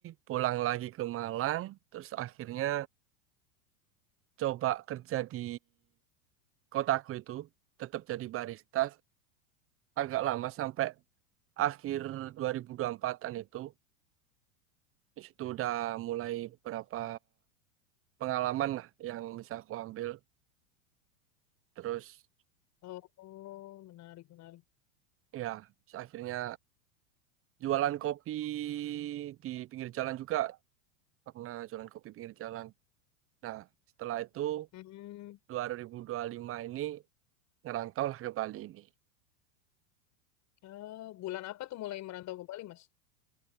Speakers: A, on the right; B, on the left.
A: pulang lagi ke Malang, terus akhirnya coba kerja di kotaku itu, tetap jadi barista agak lama sampai akhir 2024-an itu. Di situ udah mulai beberapa pengalaman lah yang bisa aku ambil. Terus
B: oh, menarik, menarik.
A: ya akhirnya jualan kopi di pinggir jalan juga pernah jualan kopi pinggir jalan. Nah, setelah itu
B: Hmm.
A: 2025 ini ngerantau lah ke Bali ini.
B: Oh, bulan apa tuh mulai merantau ke Bali, Mas?